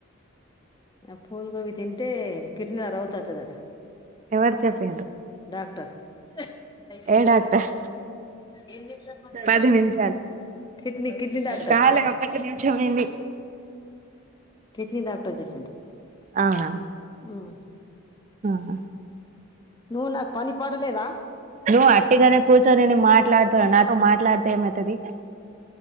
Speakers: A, on the left; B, on the right.
A: ఆ ఫూల్ గోబి తింటే, కిడ్నీల రోతత్తదట
B: ఎవరు చెప్పిండ్రు
A: డాక్టర్ అయితే
B: ఏ డాక్టర్
A: ఏన్ నిమిషాది
B: పది నిమిషాలు
A: నిమిష అంత కిడ్నీ కిడ్నీ డాక్టర్
B: చాలే ఒక్కటి నిమిషం అయింది
A: కిసీ దాంతో చేసింది
B: అవునా
A: ఉం
B: ఆహా
A: నువ్ నాకు పని పాట లేదా
B: నువ్ అట్టిగానే కూర్చొని నేను మాట్లాడుతున్న నాతో మాట్లాడితే ఏమైతది